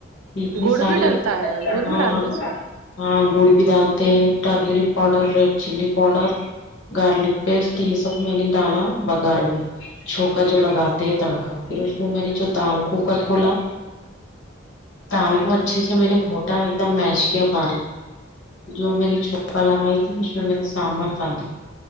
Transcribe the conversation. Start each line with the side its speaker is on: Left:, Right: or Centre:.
Left: اتنے
Right: گڑ
Left: سارے
Right: بھی ڈلتا ہے گڑ
Left: ہاں
Right: بھی ڈالتے سن
Left: ہاں گوڑ بھی ڈالتے ہیں turmeric powder red chilli powder garlic paste یہ سب میں نے ڈالا بگار میں چھوکا جو لگاتے ہیں تڑکا پھر اس میں میں نے جو دال کوکر کھولا تال کو اچھے سے میں نے گھونٹا ایک دم میش کیا باریک جو میں نے چھوکا لگائی تھی اس میں میں نے سانبر دا لدی